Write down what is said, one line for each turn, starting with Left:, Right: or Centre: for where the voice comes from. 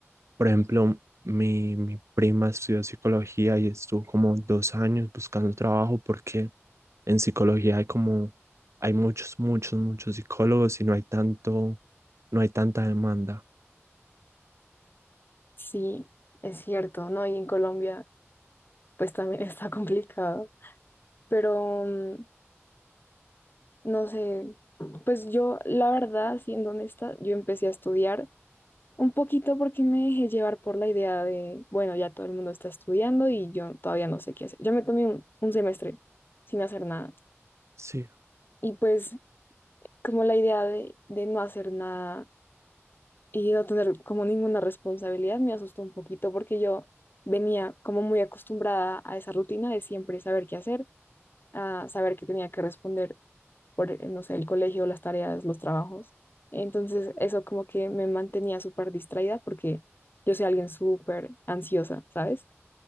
Right: Por ejemplo, mi, mi prima estudió psicología y estuvo como dos años buscando trabajo porque en psicología hay como, hay muchos, muchos, muchos psicólogos y no hay tanto, no hay tanta demanda.
Left: sí, es cierto, ¿no? Y en Colombia, pues también <laughs> está complicado. pero mm, no sé, pues yo la verdad, siendo honesta, yo empecé a estudiar un poquito porque me dejé llevar por la idea de, bueno, ya todo el mundo está estudiando y yo todavía no sé qué hacer. Yo me tomé un, un semestre sin hacer nada
Right: Sí,
Left: y pues como la idea de, de no hacer nada y no tener como ninguna responsabilidad me asustó un poquito porque yo venía como muy acostumbrada a esa rutina de siempre saber qué hacer, a saber que tenía que responder por, eh, no sé, el colegio, las tareas, los trabajos. Entonces, eso como que me mantenía súper distraída porque yo soy alguien súper ansiosa, ¿sabes?